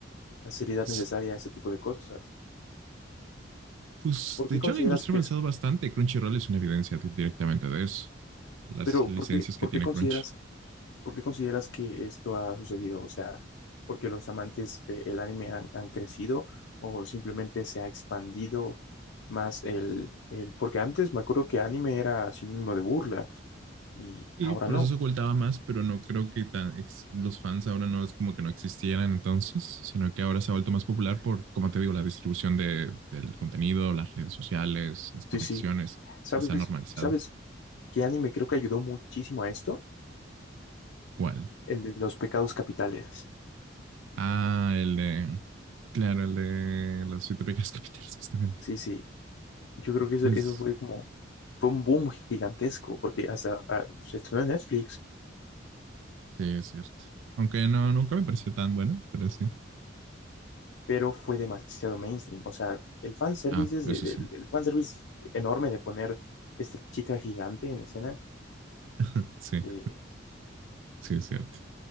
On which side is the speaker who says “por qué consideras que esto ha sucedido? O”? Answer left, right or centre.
Left